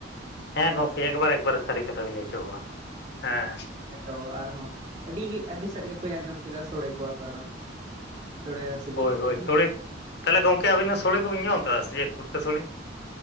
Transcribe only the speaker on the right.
ᱛᱚ ᱟᱨᱦᱚᱸ ᱟᱹᱰᱤ ᱟᱹᱰᱤ ᱥᱮᱫ ᱜᱮᱛᱚᱧ ᱟᱸᱡᱚᱢ ᱠᱮᱫᱟ ᱥᱚᱲᱮ ᱠᱚᱣᱟ ᱠᱚ ᱟᱨᱦᱚᱸ, ᱥᱚᱲᱮ ᱦᱚᱸ ᱥᱤᱵᱤᱞ
ᱜᱮᱭᱟ᱾